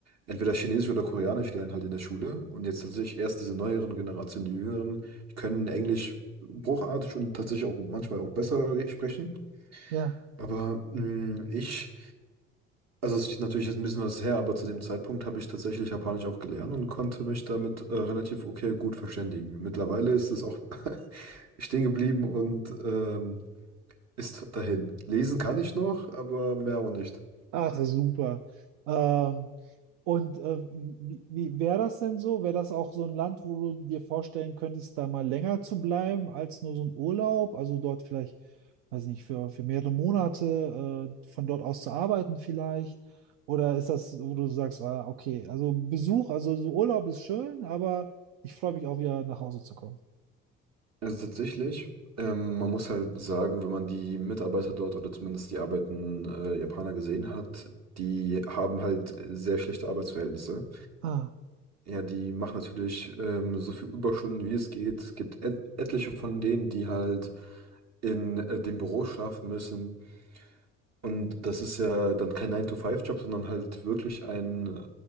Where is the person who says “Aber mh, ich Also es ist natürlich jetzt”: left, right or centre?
Right